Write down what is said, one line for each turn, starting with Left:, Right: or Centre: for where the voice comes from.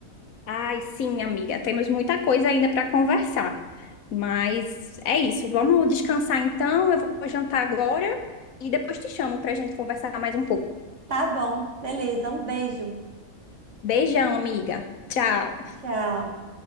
Left: Ai, sim, amiga, temos muita coisa ainda para conversar. Mas é isso, vamos descansar então. Eu vou jantar agora e depois te chamo para a gente conversar mais um pouco.
Right: Tá bom, beleza. Um beijo.
Left: Beijão, amiga. Tchau.
Right: Tchau.